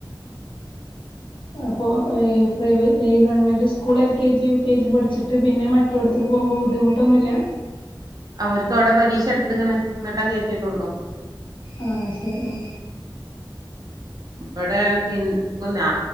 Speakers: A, on the left; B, on the right.
A: അപ്പൊ ഈ പ്രൈവറ്റ് ഈ government school L K G U K G പഠിച്ചിട്ട് പിന്നെ മറ്റോ ട്ത്ത് ക്ക് പോകുമ്പോ ബുദ്ധിമുട്ടൊന്നുല്ല
B: അവര്ക്കവിടെ പരീക്ഷ ട്ത്ത് ക്ക് ണ് ന്നിട്ടാ കേറ്റിട്ടൊള്ളു
A: ആ ശരി ആ
B: ഇബടെ പിൻ കുന്നാ